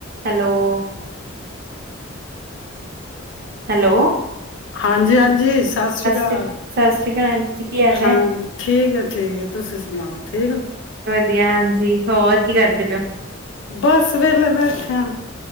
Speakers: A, on the right (about 50°); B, on the left (about 60°).
A: Hello <inaudible> hello
B: ਹਾਂਜੀ ਹਾਂਜੀ ਸਤਿ ਸ੍ਰੀ ਅਕਾਲ
A: ਸ਼੍ਰੀ ਸਤਿ ਸ੍ਰੀ ਅਕਾਲ ਆਂਟੀ ਜੀ ਕੀ ਹਾਲ ਹੈ?
B: ਹਾਂ ਠੀਕ ਹੈ ਠੀਕ ਹੈ ਤੁਸੀਂ ਸੁਣਾਓ ਠੀਕ ਆ
A: ਧੀਆ ਹਾਂਜੀ ਹੋਰ ਕੀ ਕਰਦੇ ਪਏ ਹੋ?
B: ਬਸ ਵੇਲੇ ਬੈਠੇਆਂ